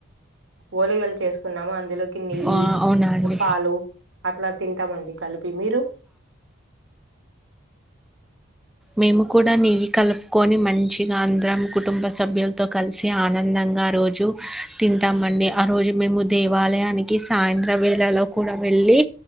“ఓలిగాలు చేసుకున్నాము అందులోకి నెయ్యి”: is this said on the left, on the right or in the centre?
Right